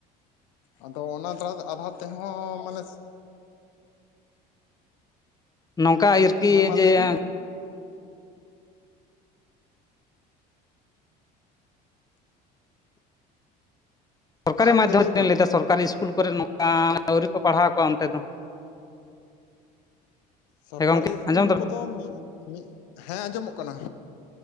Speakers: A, on the left (about 80°); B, on the left (about 15°).
A: ᱟᱫᱚ ᱚᱱᱟ ᱫᱷᱟᱲᱟ ᱫᱚ ᱟᱫᱷᱟ ᱛᱮᱦᱚᱸ ᱢᱟᱱᱮᱹᱥ
B: ᱱᱚᱝᱠᱟ ᱟᱭᱮᱨᱠᱤ
A: ᱦᱮᱸ ᱢᱟ
B: ᱡᱮ
A: ᱞᱟᱹᱭ ᱵᱤᱱ
B: ᱮᱸ ᱚᱨᱠᱟᱨᱤ
A: ᱦᱮᱸ
B: ᱢᱟᱫᱽᱫᱷᱚᱢ
A: ᱜᱚᱢᱠᱮ ᱞᱟᱹᱭ ᱵᱤᱱ
B: <inaudible> ᱞᱟᱹᱭᱫᱟ ᱥᱚᱨᱠᱟᱨᱤ ᱤᱥ- -ᱩᱞ ᱠᱚᱨᱮ <inaudible> ᱟᱹᱣᱨᱤ ᱠᱚ ᱯᱟᱲᱦᱟᱣ ᱠᱚᱣᱟ ᱚᱱᱛᱮ ᱫᱚ?
A: ᱥᱚᱨᱠᱟᱨᱤᱥ
B: ᱦᱮᱸ ᱜᱚᱢᱠᱮ ᱟᱸᱡᱚᱢ
A: ᱠᱩᱞ
B: ᱫᱟᱵᱮᱱ
A: ᱠᱚᱫᱚ ᱢᱤᱜ-ᱢᱤᱜ, ᱦᱮᱸ ᱟᱡᱚᱢᱚᱜ ᱠᱟᱱᱟ᱾